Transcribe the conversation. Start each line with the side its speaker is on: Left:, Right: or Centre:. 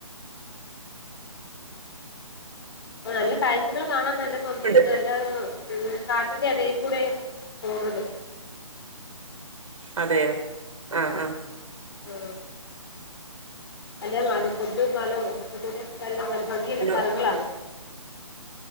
Left: അപ്പ നല്ല കാഴ്ചകളെ കാണാൻ നല്ല ഭംഗിയുണ്ട്
Right: ഉണ്ട്
Left: നല്ല ഉ കാട്ടിന്റെ ഇടയിൽക്കൂടെ പോടത്
Right: അതെയോ ആ ആ
Left: ആ അല്ല മ ഫഡ് മളക്ക ദൂരൊക്കെല്ല ഭംഗിയുള്ള
Right: പിന്നെ
Left: കറകളാണ്